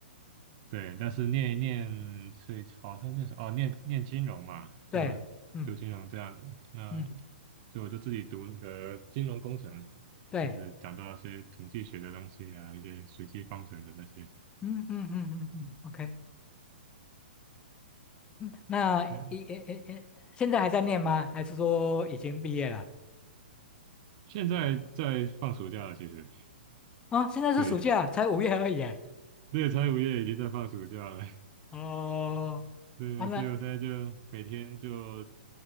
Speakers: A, on the right; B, on the left.
A: 对，但是念一念是好像念什哦，念念金融嘛，
B: 对，
A: 就读金融这样子。
B: 嗯
A: 那
B: 嗯，
A: 所以我就自己读那个金融工程，
B: 对，
A: 就是讲到一些统计学的东西啊，一些随机方程的那些。
B: 嗯嗯嗯嗯嗯，OK，嗯，那一诶诶诶，
A: 对啊，
B: 现在还在念吗？还是说已经毕业了？
A: 现在在放暑假了，其实
B: 啊、现在是暑假，
A: 对，
B: 才五月而已耶。
A: 这个财务业已经在放暑假了。
B: 哦，
A: 对，
B: 啊那。
A: 所以我现在就每天就